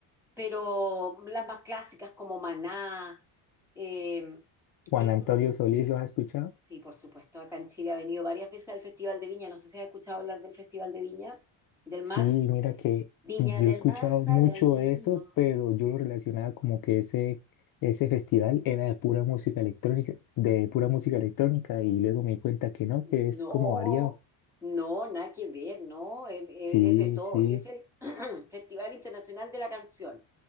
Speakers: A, in the centre; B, on the left (about 45°).
A: pero las más clásicas como Maná. eh,
B: Juan
A: ellos
B: Antonio
A: son-
B: Solís, ¿lo has escuchado?
A: sí, por supuesto, acá en Chile ha venido varias veces al Festival de Viña. No sé si has escuchado hablar del Festival de Viña del
B: Sí,
A: Mar.
B: mira que
A: Viña
B: yo
A: del
B: he escuchado
A: Mar sale
B: mucho
A: al mundo.
B: eso, pero yo lo relacionaba como que ese, ese festival era de pura música electrónica, de pura música electrónica, y luego me di cuenta que no,
A: No,
B: que es como variado.
A: no, nada que ver, no, em, eh,
B: Sí,
A: es, de todo.
B: sí.
A: Es el <clears throat> Festival Internacional de la Canción,